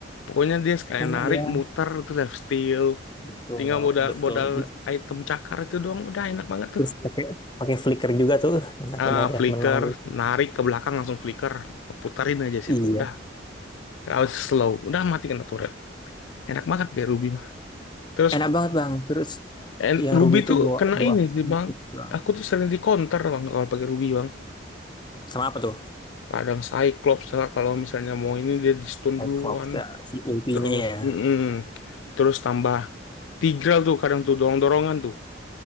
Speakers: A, on the left (about 80°); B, on the left (about 25°).
A: Pokoknya dia sekalian
B: Enak
A: narik,
B: dia.
A: muter, itu left steal.
B: Betul,
A: Tinggal modal
B: betul.
A: modal
B: Terus,
A: item cakar itu doang udah enak banget
B: terus
A: tuh.
B: pakai pakai flicker juga tuh. Enak
A: Ah,
B: udah deh
A: flicker,
B: menang
A: narik ke belakang langsung flicker, putarin aja
B: Iya,
A: situ. Udah, harus slow. Udah mati kena turret. Enak banget kayak Ruby mah. Terus
B: enak banget Bang. Terus
A: and
B: yang
A: Ruby
B: Ruby itu
A: tuh
B: bawa
A: kena
B: bawa
A: ini di
B: musik
A: bang.
B: Bang.
A: Aku tuh sering di counter bang kalau pakai Ruby bang.
B: Sama apa tuh?
A: Kadang Cyclops lah kalau misalnya mau ini dia di stun
B: Cyclops
A: duluan.
B: ya, si OP-nya
A: Terus,
B: ya.
A: mm-mm. Terus tambah Tigreal tuh kadang tuh dorong-dorongan tuh.